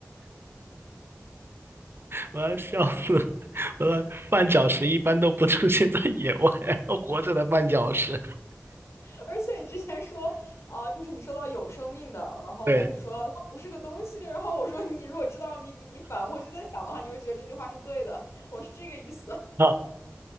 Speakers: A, on the right; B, on the left.
A: 我要笑死了我的绊脚石一般都不出现在野外，<laughs> 活着的绊脚石。
B: <laughs> 而且你之前说啊、就是你说到有生命的，然后呢，
A: 对，
B: 你说到它不是个东西，然后我说你如果知道谜底，你反过去再想的话，你会觉得这句话是对的。我是这个意思。
A: 好，